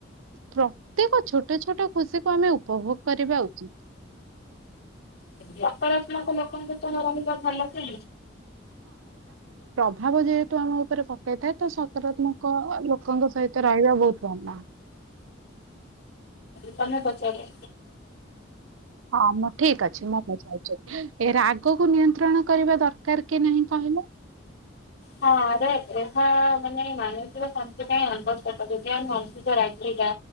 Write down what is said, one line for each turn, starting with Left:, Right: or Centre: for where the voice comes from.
Right: ପ୍ରତ୍ୟେକ ଛୋଟ ଛୋଟ ଖୁସି କୁ ଆମେ ଉପଭୋଗ କରିବା ଉଚିତ।
Left: ଆଜ୍ଞା ସମସ୍ତ ଙ୍କ ଲୋକଙ୍କ ସହ ରହିବା ଭଲ କି?
Right: ଭାବ ଯେହେତୁ ଆମ ଉପରେ ଏଥର ସକାରାତ୍ମକ ଲୋକଙ୍କ ସହିତ ରହିବା ବହୁତ ଭଲ।
Left: ତମେ ପଚାର
Right: ହଁ ମୁଁ ଠିକ ଅଛି ମୁଁ ପଚାରୁଛି ଏ ରାଗକୁ ନିୟନ୍ତ୍ରଣ କରିବା ଦରକାର କି ନାହିଁ କହିଲ?
Left: ହଁ ଆରେ ରେ ହଁ ମାନେ ମାନସିକ ଶାନ୍ତି ପାଇଁ ଆବଶ୍ୟକ ଯଦି ଆମେ ଅଧିକ ରାଗିବା